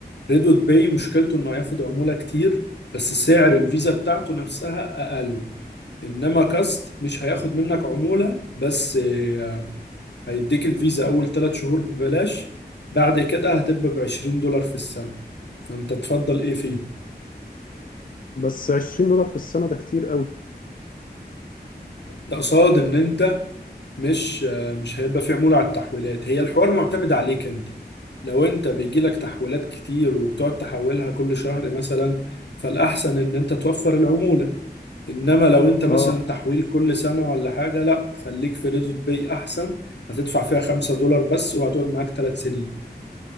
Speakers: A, on the left; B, on the left.
A: ريدوت باي مشكلته انه هياخد عمولة كتير بس سعر الفيزا بتاعته نفسها اقل انما كاست مش هياخد منك عمولة بس آه، هيديك الفيزا اول ثلاث شهور ببلاش بعد كده هتبقى ب 20 دولار في السنة فانت تفضل ايه فيه
B: بس 20 دولار في السنة ده كتير قوي
A: ده قصاد ان انت مش مش هيبقى في عمولة على التحويلات هي الحوار معتمد عليك انت لو انت بيجيلك تحويلات كتير وبتقعد تحولها كل شهر مثلا فالأحسن ان انت توفر العمولة انما لو انت مثلا
B: اه
A: تحويل كل سنة ولا حاجة لا خليك في ريزوت باي احسن هتدفع فيها خمسة دولار بس وهتقعد معاك ثلاث سنين